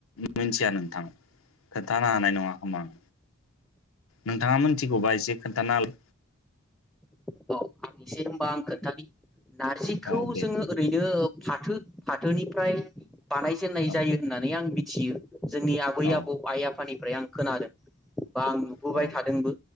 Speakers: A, on the left; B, in the centre.
A: मिथिया नोंथां खोन्थानो हानाय नङा खोमा आं नोंथाङा मिथिगौबा एसे खोन्थानोलाय
B: औ आं एसे होनबा आं खोनथानि नारजिखौ
A: औ दे
B: जोङो ओरैनो फाथो फाथोनिफ्राय बानायजेननाय
A: औ
B: जायो होननानै आं बि जिउ जोंनि आबै
A: औ
B: आबौ आइ आफानि ओमफ्राय आं खोनादों बा आं नुबोबाय
A: औ
B: थादोंबो